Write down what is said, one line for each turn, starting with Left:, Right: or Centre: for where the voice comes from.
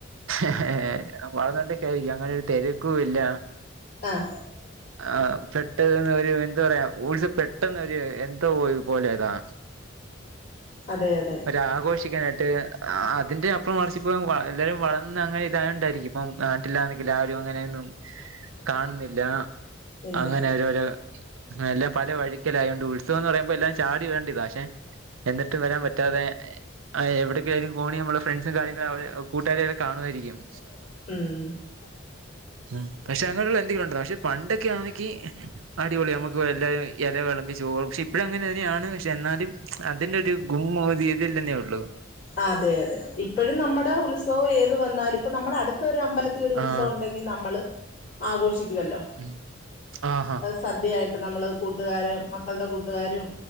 Right: ഏഹ് വളർന്നോണ്ടൊക്കെയായിരിക്കാം അങ്ങനൊരു തെരക്കുവില്ല
Left: ആഹ്
Right: ആഹ് പെട്ടന്ന് ഒരു എന്താറയാ ഊർജ പെട്ട പെട്ടെന്നൊരി എന്താ പോയി പോലെതാ
Left: അതെ അതെ
Right: ഒരാഘോഷിക്കാനായിട്ട് അതിന്റെ അപ്പും മറിച്ചിപ്പോ എല്ലാരും വളർന്ന് അങ്ങനെ ഇതായൊണ്ടാരിക്കും ഇപ്പം നാട്ടില്ലാന്നങ്കില് ആരും അങ്ങനേന്നും കാണുന്നില്ല
Left: ഇല്ല
Right: അങ്ങനെ ഒരോരൊ എല്ല പലവഴി ക്കലായോണ്ട് ഉത്സവൊന്ന് പറയുമ്പോ എല്ലാം ചാടിവരടണ്ടിതാ പക്ഷെ എന്നിട്ടും വരാൻ പറ്റാതെ ആഹ് എവിടെക്കെയായാലും ഫോണി നമ്മ ഫ്രണ്ട്സും കാര്യങ്ങളും അവരെ കൂട്ടുകാരൊക്കെ കാണുവാരിക്കും
Left: ഉം
Right: ഉം പക്ഷെ അങ്ങനെയുള്ള എന്തെങ്കിലുണ്ടോ പക്ഷെ പണ്ടൊക്കെ ആണെങ്കി അടിപൊളി നമക്ക് എല്ലാരും എല വെളമ്പി ചോറും പക്ഷെ ഇപ്പഴും അങ്ങനെയാണ് പക്ഷെ എന്നാലും അതിന്റെ ഒരു ഗുമ്മു ഒര്തി ഇതില്ലെന്നേ ഒള്ളൂ
Left: അതെ അതെ ഇപ്പഴും നമ്മടെ ഉത്സവൊ ഏത് വന്നാലുപ്പ നമ്മടെ അടുത്തൊരു അമ്പലത്തി ഒരു ഉത്സവം
Right: ആഹ്
Left: ഒണ്ടെങ്കി നമ്മള് ആഘോഷിക്കുവല്ലൊ
Right: ഉം ആഹ
Left: സദ്യയായിട്ട് നമ്മള് കൂട്ടുകാര് മക്കൾടെ കൂട്ടുകാരും